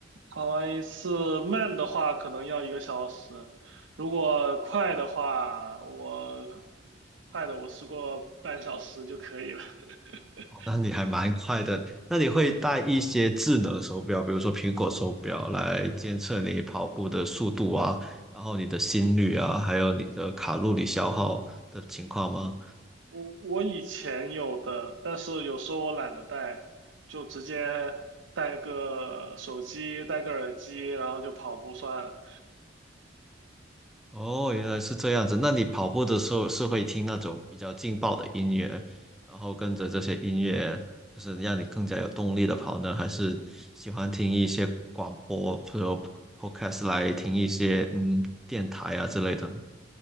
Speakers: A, on the right (about 90°); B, in the centre.
A: 跑完一次慢的话可能要一个小时，如果快的话，我快的我试过半小时就可以了。<laughs>
B: 哦那你还蛮快的。那你会带一些智能手表，比如说苹果手表来监测你跑步的速度啊，然后你的心率啊，还有你的卡路里消耗的情况吗？
A: 我我以前有的，但是有时候我懒得带，就直接带个手机，带个耳机，然后就跑步算了。
B: 哦，原来是这样子。那你跑步的时候是会听那种比较劲爆的音乐，然后跟着这些音乐，就是让你更加有动力的跑呢？还是喜欢听一些广播，比如 podcast 来听一些嗯电台啊之类的呢